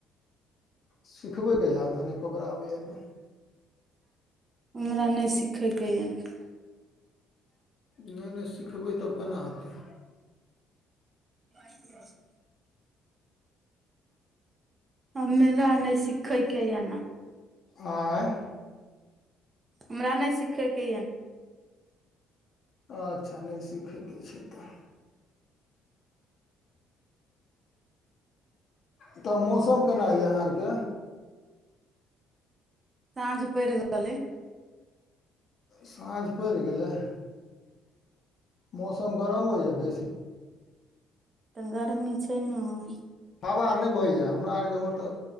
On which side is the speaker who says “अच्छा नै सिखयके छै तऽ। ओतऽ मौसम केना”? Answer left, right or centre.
Left